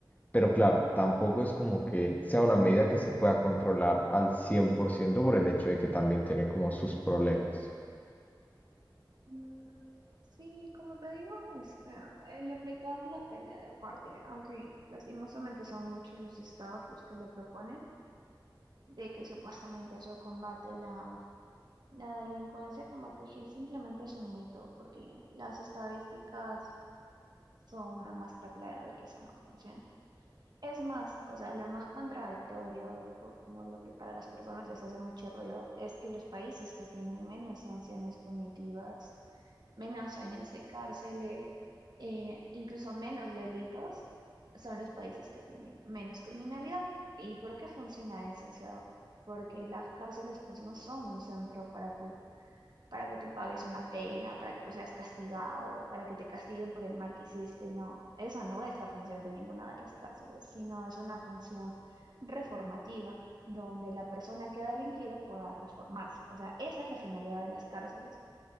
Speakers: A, on the left; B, on the right.
A: pero claro, tampoco es como que sea una medida que se pueda controlar al 100% por ciento por el hecho de que también tiene como sus problemas.
B: Mm, Sí, como te digo, es que el aplicar la pena de muerte, aunque lastimosamente son muchos los estados los que lo proponen, de que supuestamente eso combate la, la delincuencia, como te dije, simplemente es un mito, porque las estadísticas son una muestra clara de que eso no funciona. Es más, o sea, lo más contradictorio, y co- como lo que para las personas les hace mucho ruido, es que los países que tienen menos sanciones punitivas, menos años de cárcel, eh, eh, incluso menos delitos, son los países que tienen menos criminalidad. ¿Y por qué funciona eso? O sea, porque las cárceles pues no son un centro para tú, para que tú pagues una pena, para que tú seas castigado, para que te castiguen por el mal que hiciste, no. Esa no es la función de ninguna de las cárceles, sino es una función reformativa, donde la persona que ha delinquido pueda reformarse. O sea, esa es la finalidad de las cárceles.